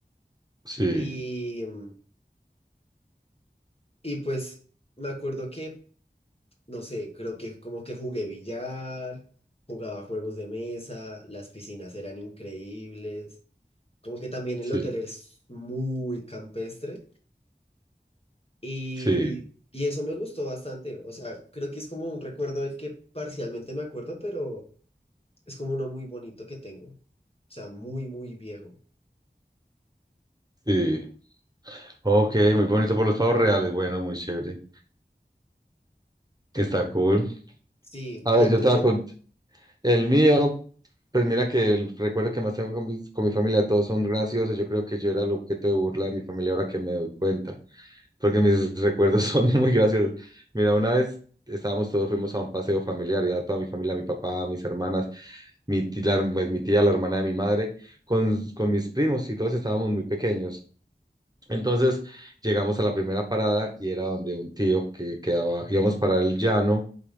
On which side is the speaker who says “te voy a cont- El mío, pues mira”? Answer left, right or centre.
Right